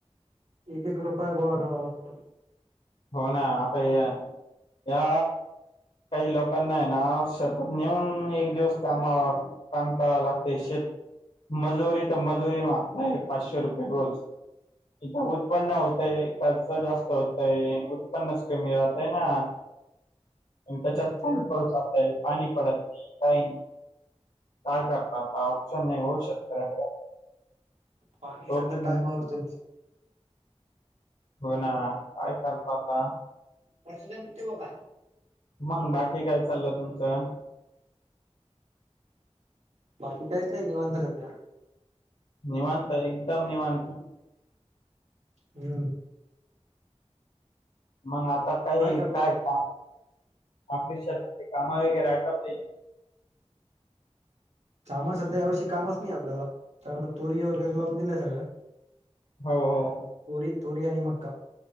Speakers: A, on the right; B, on the left.
A: एक एक रुपयया गोळा गाळा लागतो.
B: हो ना आता या या काही लोक. नाही ना सतत नेऊन एक दिवस कामा काम करावं लागते शेत. मजुरी तर मजुरी मागताय पाचशे रुपये रोज इथ उत्पन्न होतय खर्च जास्त होत. उत्पन्नस कमी राहतय ना त्याच्यात
A: हम्म तिथे आता
B: पासा पाणी पडत काही नाही. काय काता ऑप्शन नाही होऊ शेतकऱ्याकडे
A: पाणी
B: हो
A: सध्या
B: की नाही
A: टायमावरते म
B: हो ना काय चातो आता-
A: प्रसेिजन किती बो का?
B: मंग बाकी काय चाललं तुमचं?
A: बाकी काहीच नाही निवांत सध्या
B: निवांत एकदम निवांत.
A: हम्म.
B: मग आता काही
A: करता
B: काय
A: मग?
B: काषत काम वगैरे आटप
A: म सध्या एवर्षी कामच नाही आपल्याला कारण तोरी वगैरे लावून दिल्या आहे सगळ्या.
B: हो हो.
A: तरी तुरी अ आणि मक